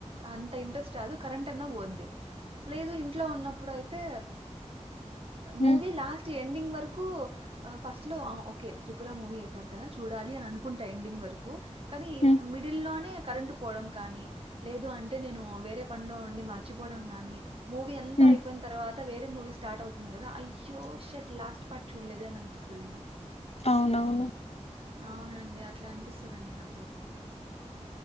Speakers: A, on the right; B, on the left.
A: అంత ఇంట్రెస్ట్ రాదు కరెంట్ అన్నా పోద్ది లేదు ఇంట్లో ఉన్నప్పుడు అయితే
B: హ్మ్
A: మూవి లాస్ట్ ఎండింగ్ వరక్ కు ఆ ఫస్ట్ లో ఓకే త్రిపుర మూవీ వేసారు కదా చూడాలి అని అనుకుంటే ఎండింగ్ వరకు కానీ
B: హ్మ్
A: మిడిల్ లోనే కరెంటు పోవడం కానీ లేదు అంటే నేను వేరే పనులో ఉండి మర్చిపోవడం కానీ మూవీ అంతా
B: హ్మ్
A: అయిపోయిన తర్వాత్ వేరే మూవీ స్టార్ట్ అవుతుంది కదా అయ్యో షట్ లాస్ట్ పార్ట్ చూడ్లేదే అని అనిపిస్తా ఇంకా
B: అవునవును
A: అవునండి అట్లా అనిపిస్తదండి నాకైతే